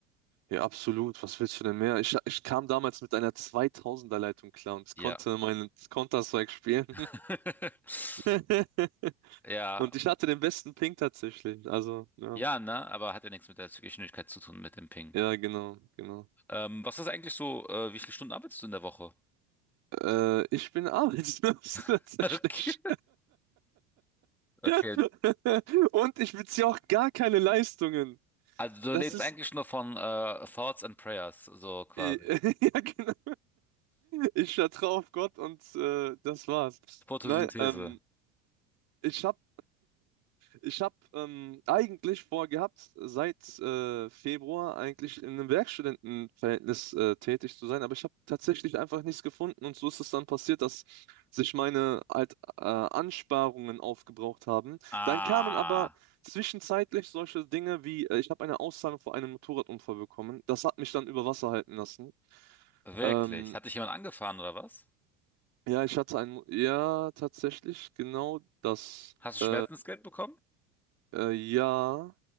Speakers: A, on the right; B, in the centre.
A: Ja, absolut. Was willst du denn mehr? Ich, ich kam damals mit einer 2000er Leitung klar und
B: Ja.
A: konnte meinen Counter-Strike spielen.
B: <laughs>
A: <laughs>
B: Ja,
A: Und ich hatte den besten Ping tatsächlich. Also, ja.
B: ja, ne, aber hat ja nichts mit der Geschwindigkeit zu tun, mit dem Ping.
A: Ja, genau, genau.
B: Ähm, was ist eigentlich so, äh, wie viele Stunden arbeitest du in der Woche?
A: Äh, ich bin arbeitslos <laughs>
B: <laughs>
A: tatsächlich.
B: Okay. Okay.
A: <laughs> Und ich beziehe auch gar keine Leistungen.
B: Also du
A: Das
B: lebst
A: ist.
B: eigentlich nur von äh, Thoughts and Prayers, so quasi.
A: äh, <laughs> Ja, genau. Ich vertraue auf Gott und äh, das war's.
B: Photosynthese.
A: Nein, ähm, ich habe Ich habe ähm, eigentlich vorgehabt, seit äh, Februar eigentlich in einem Werkstudentenverhältnis äh, tätig zu sein, aber ich habe tatsächlich einfach nichts gefunden und so ist es dann passiert, dass sich meine halt, äh, Ansparungen aufgebraucht haben.
B: Ah,
A: Dann kamen aber zwischenzeitlich solche Dinge wie, äh, ich habe eine Auszahlung vor einem Motorradunfall bekommen. Das hat mich dann über Wasser halten lassen.
B: wirklich?
A: Ähm,
B: Hat dich jemand angefahren oder was?
A: ja, ich hatte ein, ja, tatsächlich genau das.
B: Hast du
A: Äh,
B: Schmerzensgeld bekommen?
A: äh, ja.